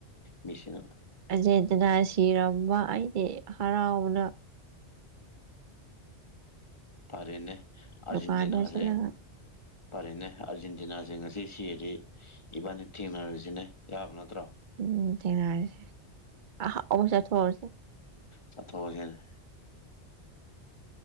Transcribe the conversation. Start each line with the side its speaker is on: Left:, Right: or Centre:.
Left: ꯃꯤꯁꯤꯅ
Right: ꯑꯦꯖꯦꯟꯇꯤꯅꯥ ꯁꯤꯔꯝꯕ ꯑꯩꯗꯤ ꯍꯔꯥꯎꯕꯥꯥꯅ
Left: ꯐꯔꯦꯅꯦ ꯑꯖꯦꯟꯇꯤꯅꯥꯖ
Right: ꯗꯨꯀꯥꯟꯗ ꯆꯠꯂꯒ
Left: ꯐꯔꯦꯅꯦ ꯑꯔꯖꯦꯟꯇꯤꯅꯥꯁꯤ ꯑꯁꯤ ꯁꯤꯔꯗꯤ ꯏꯕꯥꯅꯤ ꯊꯦꯡꯅꯔꯔꯤꯁꯤꯅꯦ ꯌꯥꯕ ꯅꯠꯇ꯭ꯔꯣ
Right: ꯎꯝ ꯊꯦꯡꯅꯔꯁꯦ ꯑꯍꯎꯑꯣꯕꯥ ꯆꯠꯊꯣꯛ ꯑꯁꯦ
Left: ꯆꯠꯊꯣꯛꯑꯁꯤꯦꯅꯦ